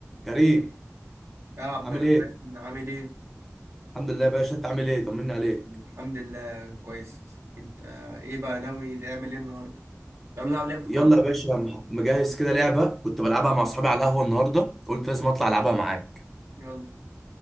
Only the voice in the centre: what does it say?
كريم
عامل
ايه؟
الحمد لله يا باشا انت عامل ايه؟ طمني عليك
يلا
يا باشا مح- مجهز كده لعبة كنت بلعبها مع اصحابي على القهوة النهاردة قلت لازم اطلع العبها معاك